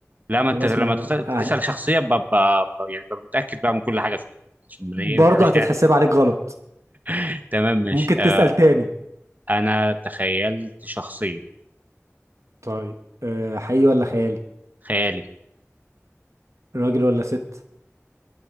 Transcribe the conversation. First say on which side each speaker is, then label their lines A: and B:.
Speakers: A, on the right; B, on the right.
A: لا ما
B: خلاص
A: انت لما
B: ما
A: تختار تسال
B: اهلا
A: شخصيه ببقى يعني ببقى متاكد بقى من كل حاجه فيها عشان ما ايه
B: برضه
A: ما نعملش
B: هتتحسب
A: يعني
B: عليك غلط
A: <laughs> تمام ماشي
B: ممكن
A: آه،
B: تسال تاني
A: انا تخيلت شخصيه
B: طيب أه حقيقي ولا خيالي
A: خيالي
B: راجل ولا ست